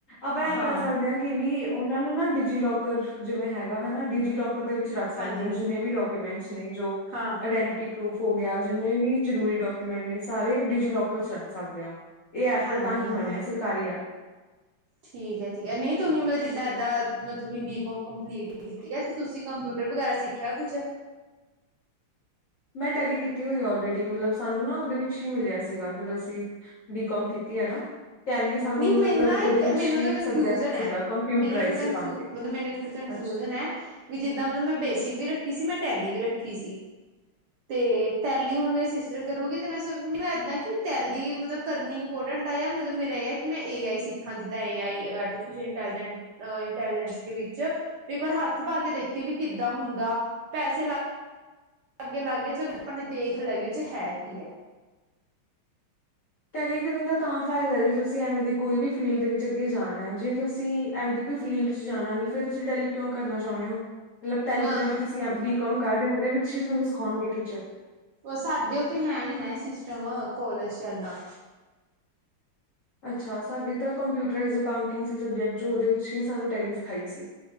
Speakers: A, on the left; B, on the right.
A: ਆਪਾਂ ਐ
B: ਹਾਂ
A: ਕਰ ਸਕਦੇ ਆਂ। ਕਿ ਵੀ ਓਨਾਂ ਨੂੰ ਨਾ ਡਿਜੀ ਲੌਕਰ, ਜਿਵੇਂ ਹੈਗਾ ਵਾ ਨਾ ਡਿਜੀਲੋਕਰ ਦੇ ਵਿੱਚ ਵਿੱਚ ਰੱਖ ਸਾਕਦੇ
B: ਹਾਂਜੀ
A: ਜੀਨੇ ਵੀ ਡਾਕੂਮੈਂਟਸ ਨੇ ਜੋ
B: ਹਾਂ।
A: ਆਈਡੈਂਟਟੀ ਪ੍ਰੂਫ ਹੋ ਗੇਆ ਜਿੰਨੇ ਵੀ ਜਰੂਰੀ ਡੋਕੇਮੈਂਟ ਨੇ ਸਾਰੇ ਡਿਜੀਲੋਕਰ ਚ, ਰੱਖ ਸਾਕਦੇ ਆਂ। ਐ ਐਪ
B: ਹਾਂਜੀ
A: ਤਾਂ ਹੀ
B: ਹਾਂ
A: ਬਣੇਆ ਸਰਕਾਰੀ ਐਪ।
B: ਠੀਕ ਐ, ਠੀਕ ਐ ਨਈ ਤੁਹੀਂ ਮਤਲਬ ਜਿੱਦਾਂ ਏਦਾਂ ਮੈਂ ਤੁਹੀ ਬੀ ਕੋਮ ਕੰਪਲੀਟ ਕੀਤੀ ਐ ਤੇ ਤੁਸੀਂ ਕੰਪਿਊਟਰ ਵਗੈਰਾ ਸਿੱਖ ਕੇਆ ਕੁੱਛ
A: ਮੈਂ ਟੈਲੀ ਕੀਤੀ ਹੋਈ ਆ ਔਲਰੇਡੀ ਮਤਲਬ ਸਾਨੂੰ ਨਾ ਓਦੇ ਵਿੱਚ ਹੀ ਮਿਲੇਆ ਸੀਗਾ ਜਦੋਂ ਅਸੀ ਬੀ ਕੌਮ ਕੀਤੀ ਏ ਨਾ ਟੈਲੀ ਸਾਨੂੰ
B: ਨਹੀਂ
A: ਮਤਲਬ
B: ਮੈਨੂੰ ਨਾ ਇੱਕ
A: ਓਦੇ ਵਿੱਚ
B: ਮੈਨੂੰ
A: ਹੀ, ਇੱਕ
B: ਕਨਫਿਊਜਨ
A: ਸਬਜੈਕਟ ਸੀਗਾ
B: ਹੈ।
A: ਕੰਪਿਊਟਰਾਇਜਟ
B: ਮੇਰੀ ਇੱਕ ਕਨਫਿਊ
A: ਅਕਾਊਂਟਿੰਗ।
B: ਮਤਲਬ ਮੈਨੂੰ ਇੱਕ ਕਨਫਿਊਜਨ
A: ਅੱਛਾ।
B: ਐ, ਵੀ ਜਿੱਦਾਂ ਮਤਲਬ ਮੈਂ ਬੇਸਿਕ ਵੀ ਰੱਖੀ ਸੀ, ਮੈਂ ਟੈਲੀ ਵੀ ਰੱਖੀ ਸੀ। ਤੇ ਟੈਲੀ ਹੁਣ ਮੇਰੀ ਸਿਸਟਰ ਕਰੂਗੀ ਤੇ ਮੈਂ ਸ, ਮੈਨੂੰ ਏਦਾਂ ਕਿ ਟੈਲੀ ਮਤਲਬ ਕਰਨੀ ਇੰਪੋਰਟੰਟ <unintelligible> ਮਤਲਬ ਮੇਰਾ ਐ ਕਿ ਮੈਂ ਏ ਆਈ ਸਿੱਖਾਂ ਜਿੱਦਾਂ A I artificial intelligent uh intelligence ਦੇ ਵਿੱਚ ਵੀ ਇਕ ਵਾਰ ਹਾੱਥ ਪਾ ਕੇ ਦੇਖੀਏ ਵੀ ਕਿੱਦਾਂ ਹੁੰਦਾ, ਪੈਸੇ ਲਾ ਅਗੇ ਲਾਗ ਗਏ ਚਲੋ ਆਪਾਨੇ ਦੇਖ ਲੈਯਾ ਵੀ ਓਚ ਹੈ ਕੀ ਐ।
A: ਟੈਲੀ ਕਰਨ ਦਾ ਤਾਂ ਫਾਇਦਾ ਜੇ ਤੁਸੀਂ ਐਵੇਂ ਦੀ ਕੋਈ ਵੀ ਫੀਲਡ ਦੇ ਵਿੱਚ ਅੱਗੇ ਜਾਣੈ, ਜੇ ਤੁਸੀਂ ਐਵੇਂ ਦੀ ਫੀਲਡ ਚ ਜਾਣਾ ਨੀ ਫੇਰ ਤੁਸੀਂ ਟੈਲੀ ਕੇਓਂ ਕਰਨਾ ਚਾਓਨੇ ਓ? ਮਤਲਬ ਟੈਲੀੇ
B: ਮ
A: ਤਾ ਜਾ ਤੁਸੀਂ ਬੀ ਕੋਮ ਕਰ ਰਏ ਓਂ, ਓਦੇ ਵਿੱਚ ਹੀ ਤੁਹਾਨੂੰ ਸਿਖਾਉਣਗੇ ਟੀਚਰ।
B: ਸਾਡੇ ਓਥੇ ਹੈ ਨੀ ਨਾ ਐ ਸਿਸਟਮ ਕੋਲੇਜ ਚ ਐਨਾ
A: ਅੱਛਾ, ਸਾਡੇ ਤਾਂ ਕੰਪਿਊਟਈਜ਼ ਅਕਾਊਂਟਿੰਗ ਸੀ ਸਬਜੈਕਟ ਜੋ ਓਦੇ ਵਿੱਚ ਹੀ ਸਾਨੂੰ ਟੈਲੀ ਸਿਖਾਈ ਸੀ।